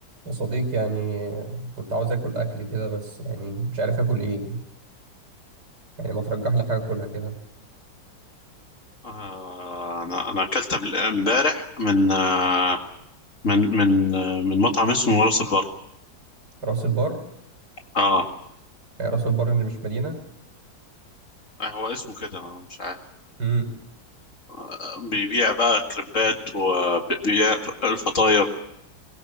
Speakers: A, on the right; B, on the left.
A: يا صديقي يعني كنت عاوز اكل اكل كده بس يعني مش عارف اكل ايه يعني ما ترجح لي حاجه اكلها كده
B: آه، انا انا اكلت قبل- امبارح من آه، من من آه، من مطعم اسمه راس البر
A: راس البر
B: اه
A: يعني راس البر اللي مش مدينه
B: آه، هو اسمه كده أنا مش عارف
A: امم
B: آه، بيبيع بقى كريبات وبيبيع الفطاير